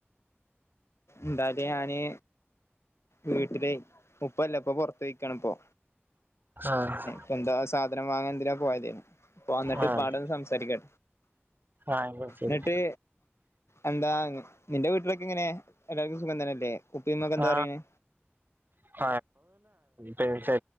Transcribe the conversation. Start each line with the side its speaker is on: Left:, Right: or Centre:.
Left: എന്തായാല് ഞാന് വീട്ടില് ഉപ്പല്ല ഉപ്പ പൊർത്ത് പോയിക്കാണ് പ്പോ
Right: ആഹ്
Left: ഇപ്പ എന്താ സാധനം വാങ്ങാൻ എന്തിനോ പോയതെനു ഉപ്പ വന്നിട്ട്
Right: ആഹ്
Left: ഉപ്പാടന്ന് സംസാരിക്ക
Right: ആഹ് എന്നാ ശരി
Left: ന്നട്ട് എന്താ നിന്റെ വീട്ടിലൊക്കെ എങ്ങനെ എല്ലാർക്കും സുഖം തന്നെയല്ലേ ഉപ്പയും ഉമ്മയും ഒക്കെ
Right: ആ
Left: എന്താ പറയണേ
Right: <unintelligible> ചെ